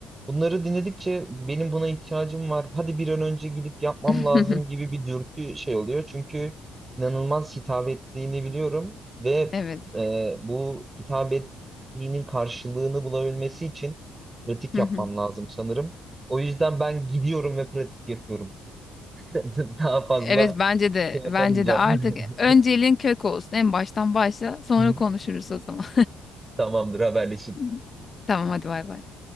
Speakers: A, on the right; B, on the left.
A: Bunları dinledikçe benim buna ihtiyacım var. Hadi bir an önce gidip yapmam
B: <laughs>
A: lazım gibi bir dürtü şey oluyor. Çünkü inanılmaz hitap ettiğini biliyorum ve
B: Evet.
A: e, bu hitap ettiğinin karşılığını bulabilmesi için pratik
B: Hı
A: yapmam
B: hı.
A: lazım sanırım. O yüzden ben gidiyorum ve pratik yapıyorum. <laughs> Daha fazla
B: Evet bence de
A: şey yapamayacağım.
B: bence de artık önceliğin
A: <laughs>
B: kök olsun. En baştan başla sonra
A: Hı hı.
B: konuşuruz o zaman.
A: Tamamdır, haberleşiriz.
B: <laughs> Tamam hadi bay bay.